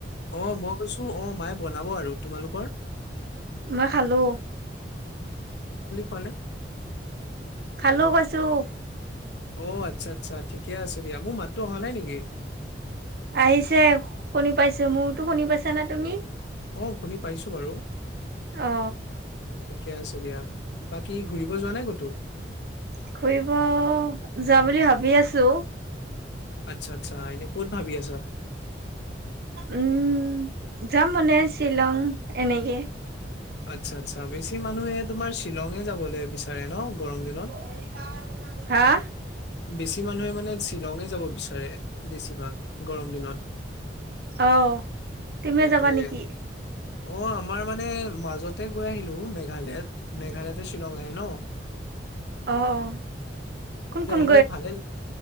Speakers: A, on the left; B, on the right.
A: <unintelligible> অ মই কৈছো অ মায়ে বনাব আৰু তোমালোকৰ <unintelligible>
B: <unintelligible> মই খালো <inaudible>
A: কলে <unintelligible>
B: <unintelligible> খালো কৈছোঁ। <inaudible>
A: <unintelligible> অ আচ্ছা-আচ্ছা ঠিকে আছে দিয়া মোৰ মাতটো অহা নাই নেকি <inaudible>
B: <unintelligible> আহিছে শুনি পাইছো। মোৰতো শুনি পাইছা না তুমি? <inaudible>
A: <unintelligible> আহ শুনি পাইছো বাৰু <inaudible>
B: অ
A: <unintelligible> ঠিকে আছে দিয়া বাকী ঘুৰিব যোৱা নাই কতো <unintelligible>
B: <unintelligible> ফুৰিব যাম বুলি ভাবি আছো <inaudible>
A: <unintelligible> আচ্ছা-আচ্ছা এনেই কত ভাবি আছ? <inaudible>
B: উম যাম মানে শ্বিলং এনেকে।
A: আচ্ছা-আচ্ছা বেছি মানুহে তোমাৰ শ্বিলঙে যাবলৈ বিচাৰে ন? গৰম দিনত?
B: <unintelligible> হা?
A: বেছি মানুহে মানে শ্বিলঙে যাব বিচাৰে বেছিভাগ গৰম দিনত।
B: অ তুমিও
A: সেইটোয়ে
B: যাবা নেকি?
A: অ আমাৰ মানে মাজতে গৈ আহিলো মেঘালয়ত মেঘালয়তে শ্বিলং আহে ন।
B: অ-অ কোন-কোন
A: <unintelligible> ন ভালে